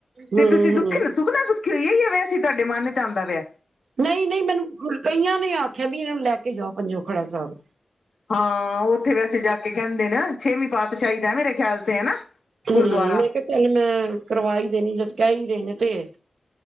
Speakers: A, on the right; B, on the left.
A: ਹੂੰ
B: ਤੇ ਤੁਸੀ
A: ਹੂੰ
B: ਸੁੱਖੀ ਸੁਖਨਾ ਸੁ ਠੀਕ ਐ ਵੈਸੇ ਤਾਡੇ ਮਨ ਚ ਆਂਦਾ ਪੇਆ।
A: ਨਈ ਨਈ, ਮੈਨੂੰ ਕਈਆਂ ਨੇ ਆਖਿਐ ਵੀ ਇਹਨੂੰ ਲੈ ਕੇ ਜਾਓ ਪੰਜੋਖੜਾ ਸਾਬ।
B: ਹਾਂ ਓਹ ਤੇ ਵੈਸੇ ਜਾ ਕੇ ਕਹਿੰਦੇ ਨ ਛੇਵੀ ਪਾਤਸ਼ਾਈ ਦਾ ਏ ਮੇਰੇ ਖਿਆਲ ਸੇ ਹਨਾ
A: ਹੂੰ
B: ਗੁਰੂਦੁਆਰਾ।
A: ਮੈਂ ਕਿਹਾ ਚੱਲ ਮੈਂ ਕਰਵਾਈ ਦੇਣੀ, ਜਦ ਕਹਿ ਹੀ ਰਹੇ ਨੇ, ਤੇ